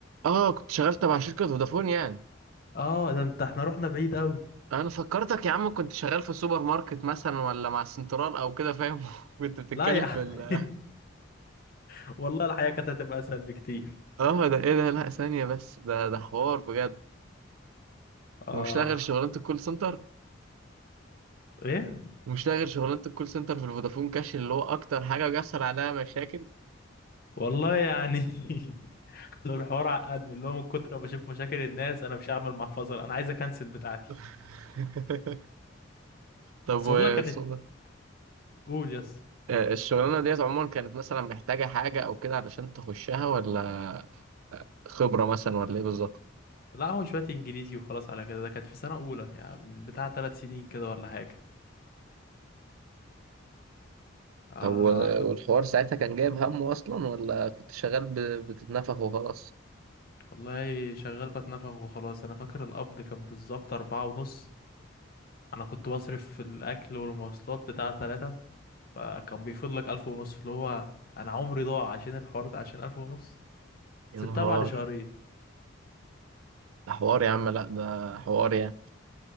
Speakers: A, on the right (about 85°); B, on the left (about 45°).
A: اه كنت شغال تبع شركة فودافون يعني
B: اه ده انت احنا رحنا بعيد قوي
A: انا فكرتك يا عم كنت شغال في سوبر ماركت مثلا ولا مع سنترال او كده فاهم <laughs> كنت بتتكلم
B: لا يا عم
A: في ال- <laughs>
B: <laughs> والله الحياة كانت هتبقى اسهل بكتير
A: اه ده ايه ده لا ثانية بس ده ده حوار بجد
B: اه
A: ومش لاغر شغلانة الكول سنتر
B: ايه
A: ومش لاغر شغلانة الكول سنتر في الفودافون كاش اللي هو اكتر حاجة بيحصل عليها مشاكل
B: والله يعني <laughs> الحوار عقدني اللي هو من كتر ما بشوف مشاكل الناس انا مش هعمل محفظة لا، انا عايز اكنسل بتاعتي
A: <laughs> طب
B: بس
A: وصودا
B: والله كانت قول يس
A: والشغلانة ديت عموما كانت مثلا محتاجة حاجة او كده علشان تخشها ولا خبرة مثلا ولا ايه بالظبط
B: لا هو شوية انجليزي وخلاص على كده ده كانت في سنة اولى يعني من بتاع ثلاث سنين كده ولا حاجة آه
A: طب وال-
B: كنت
A: والحوار ساعتها كان جايب همه أصلا ولا كنت شغال ب- بتتنفخ وخلاص؟
B: والله شغال بتنفخ وخلاص انا فاكر القبض كان بالظبط اربعة ونص انا كنت بصرف في الاكل والمواصلات بتاع تلاتة فكان بيفضل لك الف ونص اللي هو انا عمري ضاع عشان الحوار ده عشان الف ونص
A: يا
B: سبتها
A: نهار
B: بعد شهرين
A: ده حوار يا عم لا ده حوار يعني